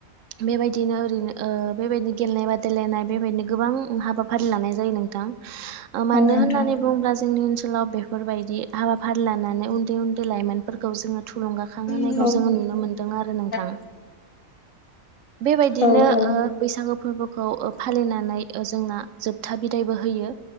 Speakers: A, on the right; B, on the left.
A: बेबायदिनो ओरैनो बेबायदिनो गेलेनाय बादायलायनाय बेबायदिनो गोबां हाबाफारि लानाय जायो नों थां
B: औ
A: मानो
B: नोंथां
A: होननानै बुंङोब्ला जोंनि ओनसोलाव बेफोरबायदि हाबाफारि लानानै उन्दै उन्दै लाइमोनफोरखौ जोङो थुलुंगाखांहोनायखौ
B: औ
A: जोङो नुनो मोन्दों आरो नोंथां
B: औ
A: बेबायदिनो
B: औ औ
A: बैसागो फोरबोखौ फालिनानै जोंना जोबथा बिदायबो होयो